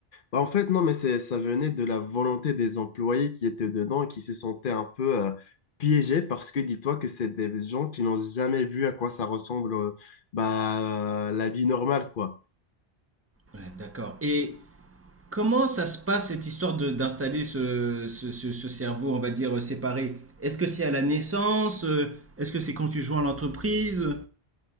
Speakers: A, on the left (about 55°); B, on the right (about 15°).
A: Bah, en fait, non, mais c'est, ça venait de la volonté des employés qui étaient dedans et qui se sentaient un peu euh, piégés parce que dis-toi que c'est des gens qui n'ont jamais vu à quoi ça ressemble euh, bah, la vie normale, quoi.
B: Ouais, d'accord. Et Comment ça se passe cette histoire de d'installer ce, ce, ce- ce cerveau, on va dire, euh, séparé? Est-ce que c'est à la naissance? euh, Est-ce que c'est quand tu joins à l'entreprise?